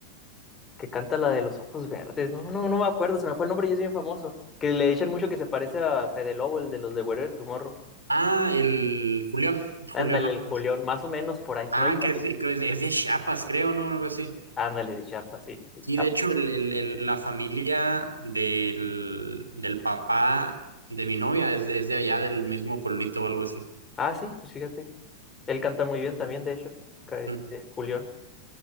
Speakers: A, on the left (about 20°); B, on the right (about 80°).
A: Que canta la de los ojos verdes, ¿no? No, no me acuerdo, se me fue el nombre y es bien famoso. Que le echan mucho que se parece a Fede Lobo, el de los de Wherever Tomorrow.
B: Ah, el Julián, el Julián
A: Ándale,
B: Álvarez.
A: el Julián, más o menos por ahí,
B: Ah,
A: no igual.
B: que es de, que es de es de Chiapas, creo, ¿no? Algo así.
A: Ándale, de Chiapas, sí, sí.
B: Sí, de hecho, el, el- el- la familia del, del papá de mi novia es de, es de allá, del mismo pueblito o algo así.
A: Ah, sí, pues fíjate. Él canta muy bien también, de hecho, ca- este,
B: Sí.
A: Julián.